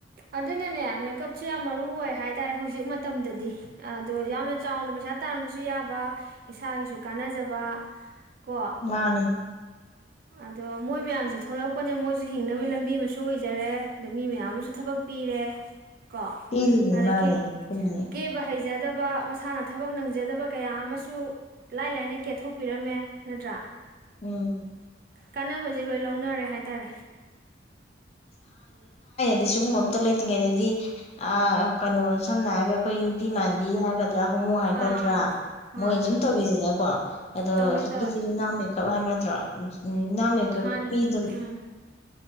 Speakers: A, on the right (about 55°); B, on the left (about 35°).
A: ꯑꯗꯨꯅꯅꯦ ꯃꯦꯀꯞꯁꯦ ꯌꯥꯝ ꯃꯔꯨ ꯑꯣꯏ ꯍꯥꯏ ꯇꯥꯔꯦ ꯍꯧꯖꯤꯛ ꯃꯇꯝꯗꯗꯤ ꯑꯣ ꯌꯥꯝꯅ ꯆꯥꯎꯅ ꯄꯩꯁꯥ ꯇꯥꯟꯕꯁꯨ ꯌꯥꯕ ꯏꯁꯥꯒꯤꯁꯨ ꯀꯥꯟꯅꯖꯕ ꯀꯣ
B: ꯃꯥꯅꯦ
A: ꯑꯗꯣ ꯃꯣꯏ ꯃꯌꯥꯝꯁꯦ ꯊꯣꯛꯂꯛꯄꯅꯦ ꯃꯣꯏꯁꯨ ꯍꯤꯡꯅꯕ ꯂꯝꯕꯤ ꯑꯃꯁꯨ ꯑꯣꯏꯖꯔꯦ ꯑꯗ ꯃꯤ ꯃꯌꯥꯝ ꯑꯃꯁꯨ ꯊꯕꯛ ꯄꯤꯔꯦ ꯀꯣ
B: ꯄꯤꯔꯤꯅꯤ
A: ꯑꯗꯒꯤ
B: ꯃꯥꯅꯦ ꯆꯨꯝꯃꯤꯅꯦ
A: ꯀꯦꯕ ꯍꯩꯖꯗꯕ ꯃꯁꯥꯅ ꯊꯕꯛ ꯅꯪꯖꯗꯕ ꯀꯌꯥ ꯑꯃꯁꯨ ꯂꯥꯏ ꯂꯥꯏꯅ ꯀꯦꯊꯣꯛꯄꯤꯔꯝꯃꯦ ꯅꯠꯇ꯭ꯔꯥ
B: ꯎꯝ
A: ꯀꯥꯟꯅꯕꯁꯦ ꯂꯣꯏ ꯂꯧꯅꯔꯦ ꯍꯥꯏꯇꯥꯔꯦ
B: ꯑ ꯁꯤꯒꯨꯝꯕ ꯑꯝꯇ ꯂꯩꯇ꯭ꯔꯤꯉꯩꯗꯗꯤ ꯑ ꯀꯩꯅꯣ ꯁꯝꯅꯔꯦ ꯑꯩꯈꯣꯏ ꯅꯨꯄꯤ ꯃꯥꯟꯕꯤ ꯍꯥꯏꯒꯗ꯭ꯔꯥ ꯍꯣꯃꯨ ꯍꯥꯏꯒꯗ꯭ꯔꯥ
A: ꯑꯥ ꯑꯥ ꯑꯥ
B: ꯃꯣꯏꯅ ꯁꯨꯝ ꯇꯧꯕꯤꯁꯤꯅꯀꯣ ꯑꯗꯣ
A: ꯇꯧꯋꯤ
B: ꯍꯧꯖꯤꯛꯀꯤꯗꯤ
A: ꯇꯧꯋꯤ
B: ꯌ ꯃꯦꯀꯞ ꯍꯥꯏꯕ ꯇ꯭ꯔꯥ ꯎꯝ ꯅꯃꯦ ꯀ
A: ꯃꯥꯅꯦ
B: ꯃꯤꯗ
A: ꯎꯝ